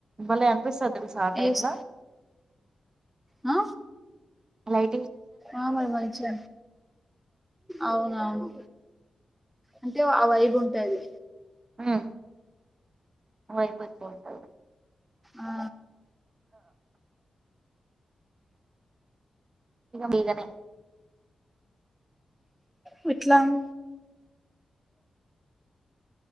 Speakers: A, on the right; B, in the centre.
A: బలే అనిపిస్తది తెలుసా. ఆ టైమ్లా
B: ఏస్ ఆ
A: అలై
B: ఆ మరి మంచిగ అవునవును అంటే ఆ వైబ్ ఉంటది.
A: ఉహ్ వైబ్ ఎక్కువుంటది
B: ఆ
A: బిగనే
B: విట్లామ్